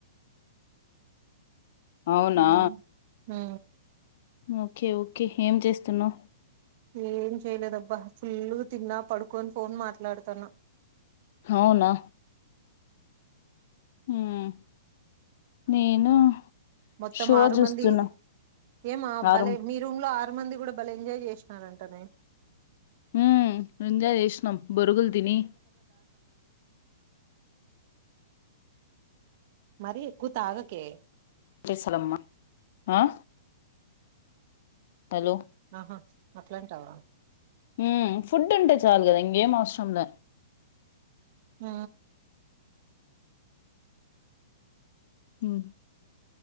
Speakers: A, on the left; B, on the right.
A: అవునా
B: ఉం ఆ
A: ఓకే ఓకే ఏం చేస్తున్నావు
B: ఏం చెయలేదబ్బా ఫుల్ గ తిన్నా పడుకోని ఫోన్ మాట్లాడుతాన
A: అవునా ఉం నేను
B: మొత్తం
A: షో
B: ఆరు
A: చూస్తున్నా
B: మంది ఏమా
A: ఆరం
B: భలే మీ రూమ్ ల ఆ చాలా మంది కూడా బాలే ఎంజాయ్ చేసినారంటనే
A: ఉం ఎంజాయ్ చేసినం బొరుగులు తిని
B: మరి ఎక్కువ్ తాగకె
A: అ సలమ్మా ఆ హలో
B: ఆహా అట్లాంటవ
A: ఉ ఫుడ్ అంటే చాలు కదా ఇంగేం అవసరంలే
B: మ్
A: ఉమ్